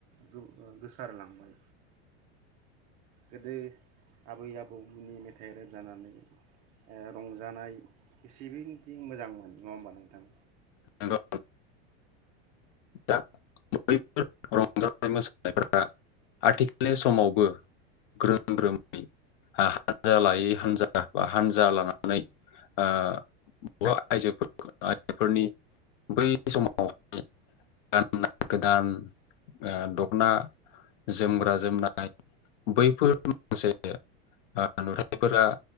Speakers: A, on the right; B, on the left.
A: गोसारलांबाय गोदो आबै आबौमोननि मेथाइ रोजाबनानै ओ रंजानाय एसेबोदि मोजांमोन नङा होमबा नोंथां?
B: नंगौ। दा बैफोर रंजा मोसानायफोरा आथिखालनि समावबो ग्रोम ग्रोमै हानजा लायै हानजा बा हानजा लानानै ओ बर' आइजोफोरा आइजोफोरनि बै समाव <unintelligible> गोदान ओ दख'ना जोमग्रा जोमनाय बैफोर माखासे ओ नुथाइफोरा